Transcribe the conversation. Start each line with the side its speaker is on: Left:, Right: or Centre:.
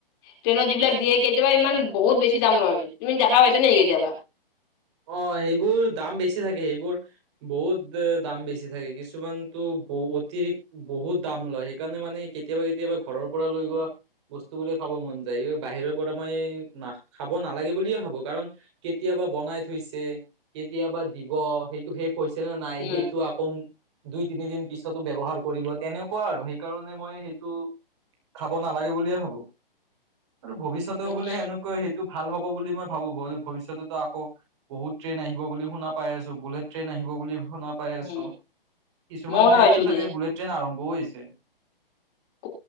Left: ট্ৰেইনত যিবিলাক দিয়ে কেতিয়াবা ইমান বহুত বেছি দাম লয় তুমি দেখা পাইছা নেকি কেতিয়াবা?
Right: অ' সেইবোৰ দাম বেছি থাকে সেইবোৰ বহুত দাম বেছি থাকে কিছুমানতো বহুতে বহুত দাম লয় সেইকাৰণে মানে কেতিয়াবা কেতিয়াবা ঘৰৰ পৰা লৈ গোৱা বস্তু বোৰে খাব মন যায় বাহিৰৰ পৰা মই খাব নালাগে বুলিয়ে ভাবো কাৰণ কেতিয়াও বা বনাই কেতিয়াবা দিব সেইটো সেই কৈছে নে নাই
Left: উম
Right: সেইটো আকৌ দুই তিনিদিন পিছতো ব্যৱহাৰ কৰিব তেনেকুৱা আৰু সেইকাৰণে মই সেইটো খাব নালাগে বুলিয়ে ভাবোঁ। আৰু ভৱিষ্যতেও
Left: আচ্ছা
Right: বোলে সেনেকুৱা সেইটো ভাল হব বুলি মই ভাবো ভৱিষ্যততো আকৌ বহুত ট্ৰেইন আহিব বুলি শুনা পাইছো বুলেট ট্ৰেইন আহিব বুলি শুনা পাই আছো
Left: উম
Right: কিছুমান
Left: মইও শুনা
Right: ঠাইততো
Left: পাইছো দিয়া।
Right: চাগে বুলেট ট্ৰেইন আৰম্ভও হৈছে।
Left: <inaudible>